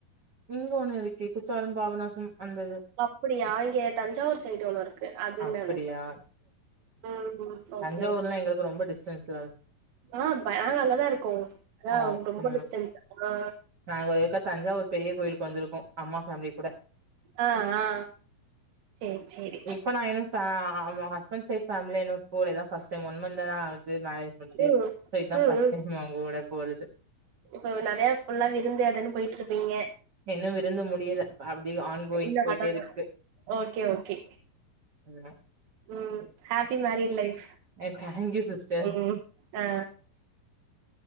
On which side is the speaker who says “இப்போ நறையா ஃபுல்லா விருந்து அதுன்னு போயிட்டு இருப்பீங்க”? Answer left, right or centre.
Right